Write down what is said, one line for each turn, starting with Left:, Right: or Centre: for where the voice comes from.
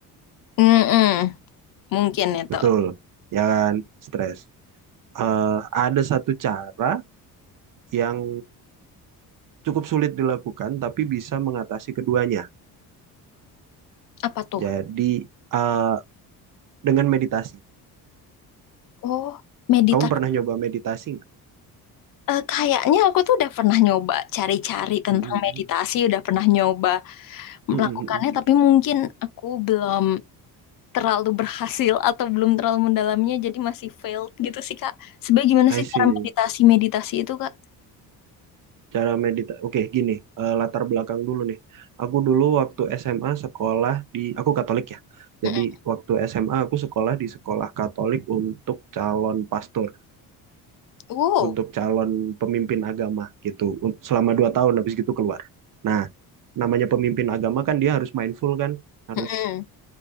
Left: Mm-mm. Mungkin itu.
Right: Betul, ya kan? Stres. eh, ada satu cara yang cukup sulit dilakukan, tapi bisa mengatasi keduanya.
Left: Apa tuh?
Right: Jadi, eh, dengan meditasi.
Left: Oh, meditasi.
Right: Kamu pernah nyoba meditasi nggak?
Left: Eh, kayaknya aku tuh udah pernah nyoba cari-cari tentang
Right: Mm,
Left: meditasi,
Right: mm,
Left: udah pernah nyoba
Right: mm,
Left: melakukannya,
Right: mm, mm, mm.
Left: tapi mungkin aku belum terlalu berhasil <laughs> atau belum terlalu mendalamnya, jadi masih failed gitu sih, Kak. Sebenarnya gimana
Right: I
Left: sih
Right: see.
Left: cara meditasi-meditasi itu, Kak?
Right: Cara meditasi. Oke, gini. eh, latar belakang dulu nih. Aku dulu waktu SMA sekolah di... Aku Katolik ya.
Left: Mm-mm.
Right: Jadi, waktu SMA aku sekolah di sekolah Katolik untuk calon pastor.
Left: Wow.
Right: untuk calon pemimpin agama gitu Un- selama dua tahun habis gitu keluar. Nah, namanya pemimpin agama kan dia harus mindful kan, harus
Left: Mm-mm.